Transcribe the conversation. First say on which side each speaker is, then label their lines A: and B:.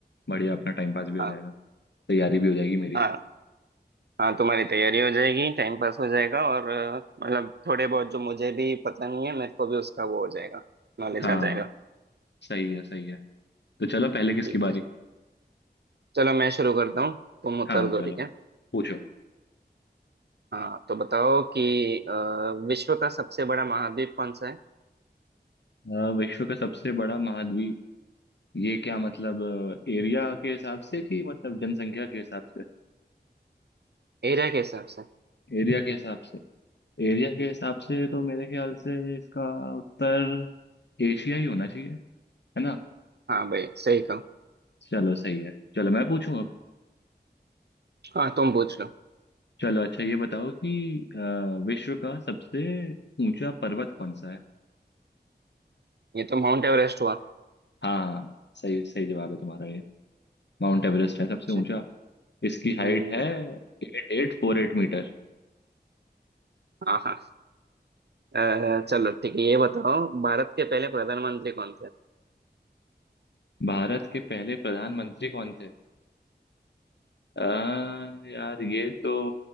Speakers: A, on the left (about 85°); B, on the right (about 70°).
A: बढ़िया अपना टाइम पास भी हो
B: हाँ
A: जाएगा तैयारी भी हो जाएगी मेरी
B: हाँ हाँ तुम्हारी तैयारी हो जाएगी टाइम पास हो जाएगा और अ, मतलब थोड़े बहुत जो मुझे भी पता नहीं है मेरे को भी उसका वो हो जाएगा नॉलेज
A: हाँ
B: आ जाएगा
A: सही है सही है तो चलो पहले किसकी
B: ठीक
A: बारी
B: है चलो मैं शुरू करता हूँ तुम उत्तर
A: हाँ चलो
B: दो ठीक है
A: पूछो
B: हाँ तो बताओ कि अ, विश्व का सबसे बड़ा महाद्वीप कौन सा है
A: अ, विश्व का सबसे बड़ा महाद्वीप ये क्या मतलब एरिया के हिसाब से कि मतलब जनसंख्या के हिसाब से
B: एरिया के हिसाब से
A: एरिया के हिसाब से एरिया के हिसाब से तो मेरे ख्याल से इसका उत्तर एशिया ही होना चाहिए है ना
B: हाँ भाई सही कहा
A: चलो सही है चलो मैं पूछूं अब
B: हाँ तुम पूछ लो
A: चलो अच्छा ये बताओ कि अ, विश्व का सबसे ऊंचा पर्वत कौन सा है
B: ये तो माउंट एवरेस्ट हुआ
A: हाँ सही सही जवाब है तुम्हारा ये माउंट एवरेस्ट है सबसे
B: अच्छा,
A: ऊंचा इसकी हाइट
B: हम्म
A: है एट एट फोर एट मीटर
B: हाँ हाँ <laughs> अ, चलो ठीक है ये बताओ भारत के पहले प्रधानमंत्री कौन थे
A: भारत के पहले प्रधानमंत्री कौन थे अ, यार ये तो